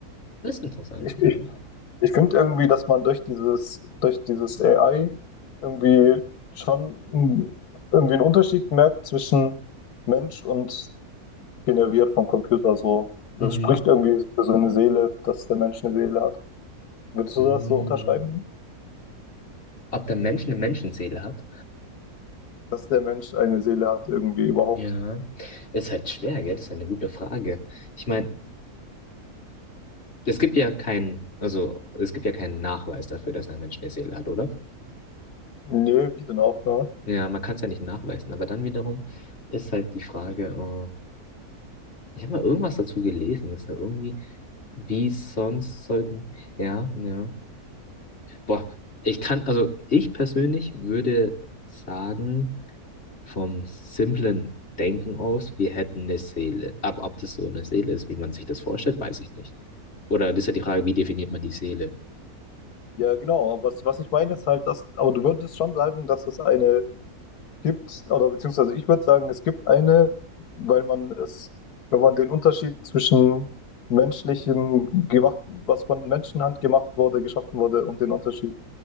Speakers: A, on the left; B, on the left.
A: Das ist interessant,
B: ich, ich,
A: ja.
B: ich finde irgendwie, dass man durch dieses, durch dieses AI irgendwie schon n- irgendwie einen Unterschied merkt zwischen Mensch und generiert vom Computer so. Das
A: Mhm.
B: spricht irgendwie für so eine Seele, dass der Mensch eine Seele hat. Würdest
A: Mhm.
B: du das so unterschreiben?
A: Ob der Mensch eine Menschenseele hat?
B: Dass der Mensch eine Seele hat irgendwie überhaupt?
A: Ja, ist halt schwer, gell? Das ist eine gute Frage. Ich meine, es gibt ja keinen, also es gibt ja keinen Nachweis dafür, dass ein Mensch eine Seele hat, oder?
B: Nee, wie denn auch, ne?
A: Ja, man kann es ja nicht nachweisen, aber dann wiederum ist halt die Frage, äh, ich habe mal irgendwas dazu gelesen, dass da irgendwie, wie sonst sollten, ja, ja. Boah, ich kann, also ich persönlich würde sagen, vom simplen Denken aus, wir hätten eine Seele. Aber ob das so eine Seele ist, wie man sich das vorstellt, weiß ich nicht. Oder das ist ja die Frage, wie definiert man die Seele?
B: Ja, genau. Was, was ich meine ist halt, dass, aber du würdest schon sagen, dass es eine gibt, oder beziehungsweise ich würde sagen, es gibt eine, weil man es, wenn man den Unterschied zwischen menschlichem gemacht, was von Menschenhand gemacht wurde, geschaffen wurde, und den Unterschied